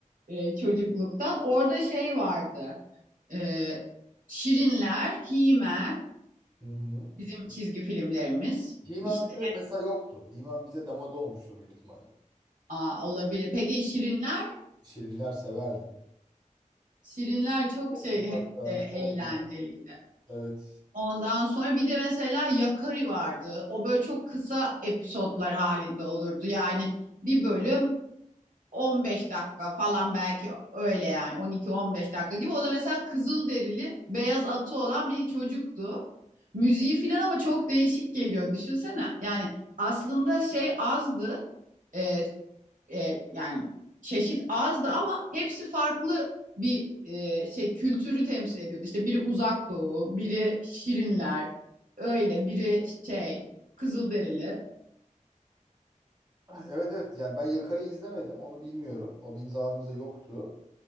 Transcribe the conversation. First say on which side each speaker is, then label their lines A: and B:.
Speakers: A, on the right; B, on the right.
A: e, çocukluktan. Orada şey vardı. E, Şirinler, He-Man
B: Hı hı.
A: bizim çizgi filmlerimiz.
B: He-Man
A: İşte.
B: bizde mesela yoktu. He-Man bize demode olmuştu büyük ihtimalle.
A: Aa, olabilir. Peki Şirinler?
B: Şirinler severdim.
A: Şirinler çok
B: Çok
A: şey
B: uzakta,
A: e, eğlenceliydi.
B: orada. Evet. <clears throat>
A: Ondan sonra bir de mesela Yakari vardı. O böyle çok kısa episodlar halinde olurdu. Yani bir bölüm 15 dakika falan belki öyle yani 12-15 dakika gibi. O da mesela kızıl derili, beyaz atı olan bir çocuktu. Müziği falan ama çok değişik geliyor. Düşünsene. Yani aslında şey azdı. E, e, yani çeşit azdı ama hepsi farklı bir e, şey kültürü temsil ediyordu. İşte biri Uzak Doğu, biri Şirinler, öyle biri şey Kızılderili.
B: Evet evet yani ben Yakar'ı izlemedim onu bilmiyorum. O bizim zamanımızda yoktu.